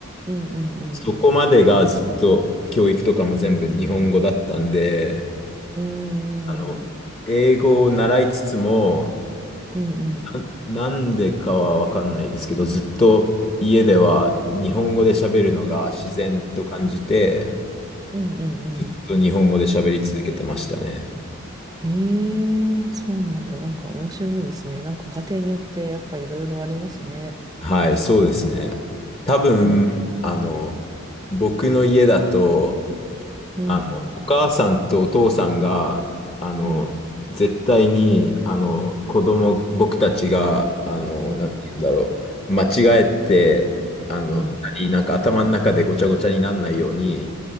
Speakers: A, on the right (about 15°); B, on the left (about 30°).
A: うんうん
B: そこまでがずっと教育とかも全部日本語だったんで
A: うん。うーん、
B: あの英語を習いつつも
A: うんうん。
B: な、なんでかはわかんないですけど、ずっと家では日本語で喋るのが自然と感じて、
A: うんうんうん。
B: ずっと日本語で喋り続けてましたね。
A: へえ、そうなんだ。なんか面白いですね。なんか家庭によってやっぱいろいろありますね。
B: はい、そうですね。多分、
A: うん
B: あの、僕の家だと、
A: うんうん
B: あの、お母さんとお父さんが、あの、
A: うん
B: 絶対に、あの、子供、僕たちが、あの、
A: うん
B: なんて言うんだろう、間違えて、あの、
A: うん
B: たりなんか頭の中でごちゃごちゃにならないように、